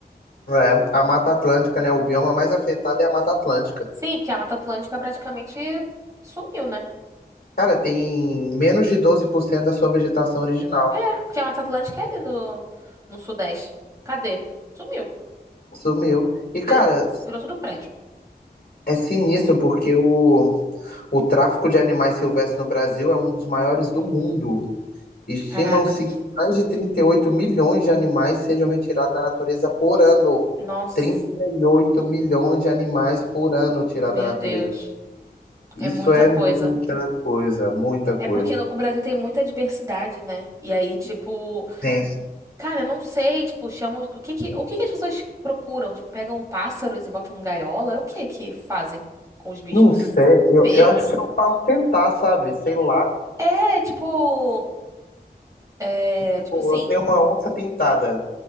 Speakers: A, on the left (about 60°); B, on the right (about 20°).
A: É, a Mata Atlântica, né? O bioma mais afetado é a Mata Atlântica.
B: Sim, porque a Mata Atlântica praticamente sumiu, né?
A: Cara, tem menos de 12% da sua vegetação original.
B: É, porque a Mata Atlântica é ali no, no Sudeste. Cadê? Sumiu.
A: Sumiu. E, cara,
B: Virou, virou tudo prédio.
A: É sinistro porque o, o tráfico de animais silvestres no Brasil é um dos maiores do mundo. Estimam-se
B: Caraca.
A: que mais de 38 milhões de animais sejam retirados da natureza por ano.
B: Nossa.
A: 38 milhões de animais por ano tirados
B: Meu
A: da natureza.
B: Deus.
A: Isso
B: É muita
A: é
B: coisa.
A: muita coisa, muita coisa.
B: É porque o Brasil tem muita diversidade, né? E aí, tipo,
A: Sim.
B: cara, eu não sei, tipo, chamam. O que que, o que que as pessoas procuram? Tipo, pegam pássaros e botam gaiola? É o que que fazem com os bichos?
A: Não sei, eu,
B: Pe...
A: eu acho que eu posso tentar, sabe? Sei lá.
B: É, tipo. É,
A: Tipo,
B: tipo assim.
A: eu tenho uma onça pintada.